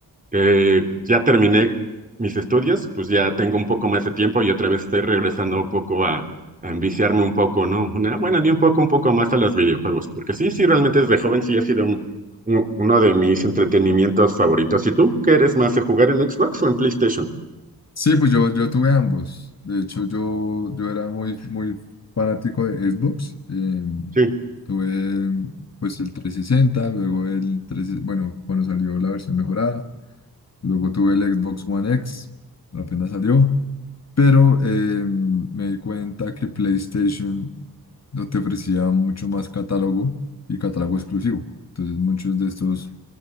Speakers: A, on the right; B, on the left.
A: que ya terminé mis estudios, pues ya tengo un poco más de tiempo y otra vez estoy regresando un poco a enviciarme un poco, ¿no? Una- bueno, ni un poco, un poco más a los videojuegos, porque sí, sí, realmente desde joven sí ha sido un- un- uno de mis entretenimientos favoritos. ¿Y tú, qué eres más de jugar en Xbox o en PlayStation?
B: Sí, pues yo, yo tuve ambos. De hecho, yo, yo era muy, muy fanático de Xbox. eh,
A: Sí.
B: Tuve pues el trescientos sesenta luego el tres bueno, cuando salió la versión mejorada, luego tuve el Xbox One X, apenas salió, pero eh, me di cuenta que PlayStation no te ofrecía mucho más catálogo y catálogo exclusivo. Entonces muchos de estos,